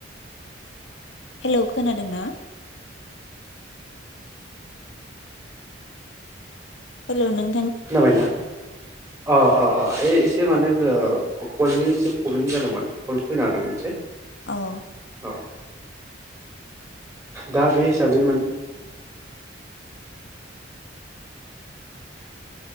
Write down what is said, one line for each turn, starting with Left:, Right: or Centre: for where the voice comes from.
Left: हेलौ खोनादों ना। हेल' नों।
Right: खोनाबायना अ अ अ ऐ एसे माने ओ कलनि एसे। प्रब्लेम जादोंमोन सल्भ फैनो हादों मोनसे।
Left: औ।
Right: औ दा बे हिसाबै मोन।